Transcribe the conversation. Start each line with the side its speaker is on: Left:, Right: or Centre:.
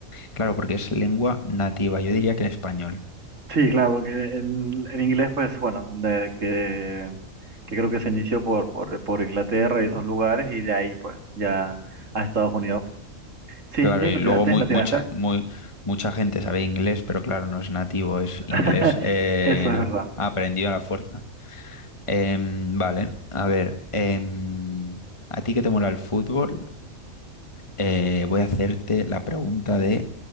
Left: claro, porque es lengua nativa, yo diría que el español.
Right: Sí, claro, porque el, el inglés, pues bueno, de que, que creo que se inició por, por, por Inglaterra y esos lugares y de ahí pues ya a Estados Unidos. Sí,
Left: Claro,
Right: sí,
Left: y
Right: lo
Left: luego
Right: tiraste,
Left: muy,
Right: lo
Left: mucha,
Right: tiraste.
Left: muy, mucha gente sabe inglés, pero claro, no es nativo, es inglés
Right: <laughs>
Left: eh,
Right: Eso es verdad.
Left: aprendido a la fuerza. Em, vale, a ver, em, ¿a ti que te mola el fútbol? eh, voy a hacerte la pregunta de